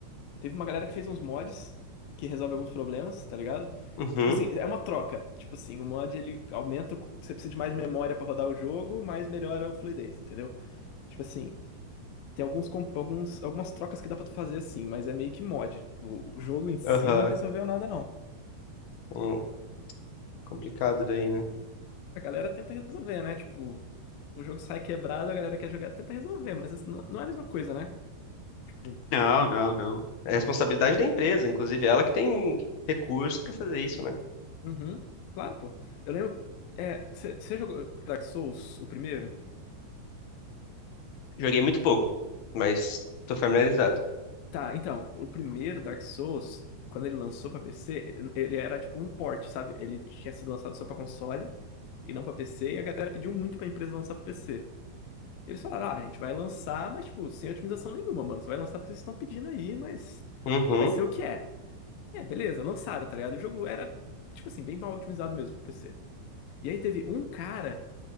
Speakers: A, on the left; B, on the left.
A: Teve uma galera que fez uns mods que resolve alguns problemas, tá ligado?
B: Uhum,
A: Tipo assim, é uma troca. Tipo assim, o mod ele aumenta, o- você precisa de mais memória pra rodar o jogo, mas melhora o fluidez, entendeu? Tipo assim, tem alguns, comp- alguns, algumas trocas que dá pra tu fazer assim, mas é meio que mod. O, o jogo em si
B: aham,
A: não resolveu nada, não.
B: Hum, complicado daí, né?
A: A galera tenta resolver, né? Tipo, o jogo sai quebrado, a galera quer jogar, tenta resolver, mas isso não, não é a mesma coisa, né? Tipo,
B: Não, não, não. É responsabilidade da empresa, inclusive ela que tem recursos pra fazer isso, né?
A: Uhum. Claro, pô. Eu lembro. É, você jogou Dark Souls, o primeiro?
B: Joguei muito pouco, mas tô familiarizado.
A: Tá. Tá, então, o primeiro Dark Souls, quando ele lançou pra PC, ele era tipo um port, sabe? Ele tinha sido lançado só pra console e não pra PC, e a galera pediu muito pra empresa lançar pra PC. Eles falaram, ah, a gente vai lançar, mas tipo, sem otimização nenhuma, mano. Você vai lançar porque vocês estão pedindo aí, mas
B: Uhum,
A: vai ser o que é. É, beleza, lançaram, tá ligado? E O jogo era, tipo assim, bem mal otimizado mesmo pra PC. E aí teve um cara